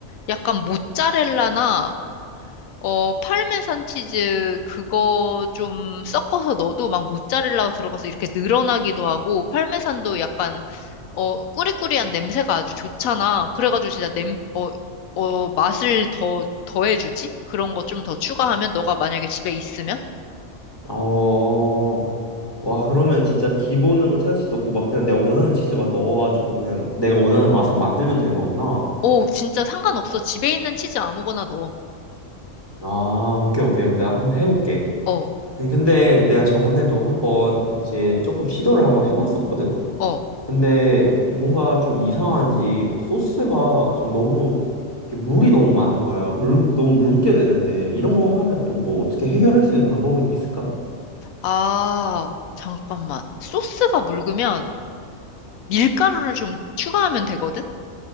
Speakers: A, on the left; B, on the left.
A: 약간 모짜렐라나 어 파르메산 치즈 그거 좀 섞어서 넣어도 막 모짜렐라가 들어가서 이렇게 늘어나기도 하고 파르메산도 약간 어 꾸리꾸리한 냄새가 아주 좋잖아. 그래가지고 진짜 냄어 어 맛을 더 더해주지? 그런 거 좀 더 추가하면 너가 만약에 집에 있으면
B: 어, 와, 그러면 진짜 기본으로 체다치 넣고 막 그냥 내가 원하는 치즈 막 넣어가지고 그냥 내가 원하는 맛을 만들면 되는 거구나.
A: 오 진짜 상관없어. 집에 있는 치즈 아무거나 넣어.
B: 아, 오케이, 오케이. 그럼 내가 한번 해볼게.
A: 어
B: 아니, 근데 내가 저번에도 한번 이제 조금 시도를 한번 해봤었거든?
A: 어.
B: 근데 뭔가 좀 이상한지 막 소스가 좀 너무 이렇게 물이 너무 많은 거야. 물 너무 묽게 되는데 이런 거 하면 또 뭐 어떻게 해결할 수 있는 방법이 있을까?
A: 아 잠깐만 소스가 묽으면 밀가루를 좀 추가하면 되거든?